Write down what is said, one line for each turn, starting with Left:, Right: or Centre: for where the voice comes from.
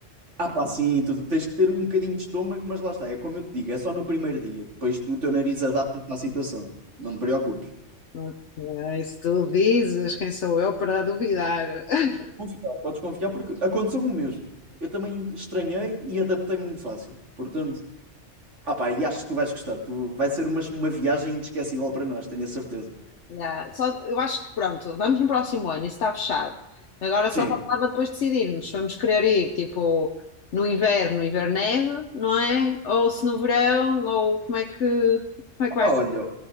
Right: Ah, pá, sim, tu tens que ter um bocadinho de estômago, mas lá está, é como eu te digo, é só no primeiro dia. Depois tu, o teu nariz adapta-te à situação, não te preocupes.
Left: Ok, se tu dizes, quem sou eu para duvidar? <laughs>
Right: Confiar, podes confiar porque aconteceu-me o mesmo. Eu também estranhei e adaptei-me muito fácil. Portanto, Ah pá, e acho que tu vais gostar. Tu, vai ser uma, uma viagem inesquecível para nós, tenho a certeza.
Left: Yeah, Só, eu acho que pronto, vamos no próximo ano, isso está fechado. Agora
Right: Sim.
Left: só faltava depois decidirmos se vamos querer ir tipo no inverno, inverno neve, não é? Ou se no verão, ou como é que, como é que
Right: Ah
Left: vai
Right: pá,
Left: ser?
Right: olha,